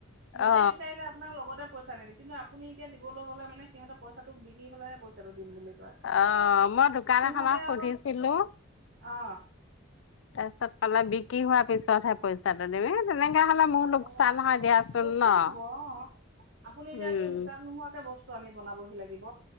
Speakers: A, on the right; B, on the left.
A: নিজে
B: অ
A: বিচাৰিলে আপোনাৰ লগতে পইচা নিদে কিন্তু আপুনি এতিয়া নিবলৈ গ'লে মানে সিহঁতে পইচাটো বিক্ৰী হ'লেহে পইচাটো দিম বুলি কয়
B: অ', মই দোকান
A: সিহঁতে
B: এখনক সুধিছিলো।
A: আকৌ অ
B: তাৰপিছত পালে বিক্ৰী হোৱাৰ পিছতহে পইচাটো <unintelligible> তেনেকে হ'লে মোৰো লোকচান
A: অ
B: হয় দিয়াচোন
A: লোকচান
B: ন'?
A: হব অ আপুনি এতিয়াতো
B: উম
A: হিচাপ নোহোৱাকে বস্তু আনি বনাবহি লাগিব।